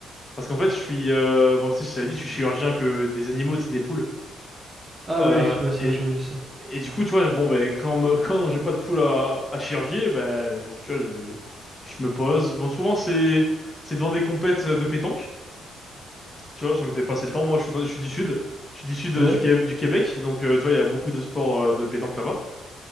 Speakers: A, on the left (about 25°); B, on the right (about 25°).
A: parce qu'en fait, je suis euh, bon, tu sais, je t'avais dit, je suis chirurgien que des animaux, c'est des poules.
B: Ah,
A: Euh,
B: oui, ouais, c'est
A: et
B: vrai, tu m'avais dit ça.
A: Et du coup, tu vois, bon, ben, quand, me- <laughs> quand j'ai pas de poule à, à chirurgier, ben, je- tu vois, je, je me pose. Bon, souvent, c'est, c'est devant des compètes de pétanque. Tu vois, ça me fait passer le temps. Moi, je suis, dans- je suis du sud. Je suis du sud
B: Ouais.
A: euh, du, Qué- du Québec. Donc, euh, tu vois, il y a beaucoup de sports euh, de pétanque là-bas.